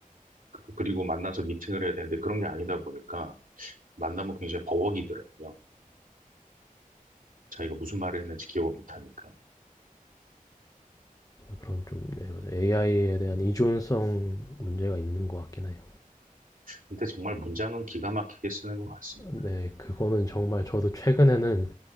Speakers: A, on the right (about 65°); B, on the left (about 25°).
A: 그- 그리고 만나서 미팅을 해야 되는데 그런 게 아니다 보니까 만나면 굉장히 버벅이더라고요. 자기가 무슨 말을 했는지 기억을 못 하니까.
B: 그런 좀 네, 맞아요.
A: 음,
B: AI에 대한
A: 음.
B: 의존성 문제가 있는 것 같긴 해요.
A: 근데 정말 문장은 기가 막히게 쓰는 것 같습니다.
B: 네, 그거는 정말
A: 음,
B: 저도 최근에는